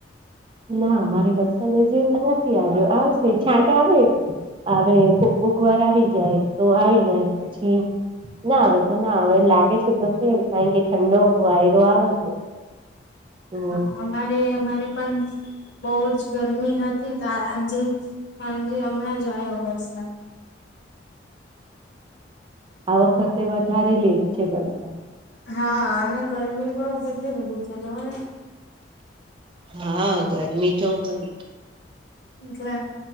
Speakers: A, on the right; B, on the left.
A: ના અમારે વરસાદ હજી નથી આવ્યો આવશે છાંટ આવે આવે કોક કોક વાર આવી જાય તો આવી જાય પછી ના આવે તો ના હવે લાગે છે તો શું કારણ કે ઠંડો વાયરો આવે છે તો
B: હા અમારે અમારે પણ બહુ જ ગરમી હતી તો આજે સાંજે હમણાં જ આયો વરસાદ
A: <inaudible> આ વખતે વધારે લેટ છે બસ
B: હા અને ગરમી પણ કેટલી બધી છે જુઓ ને
A: હા ગરમી તો ખરી
B: ગ્લા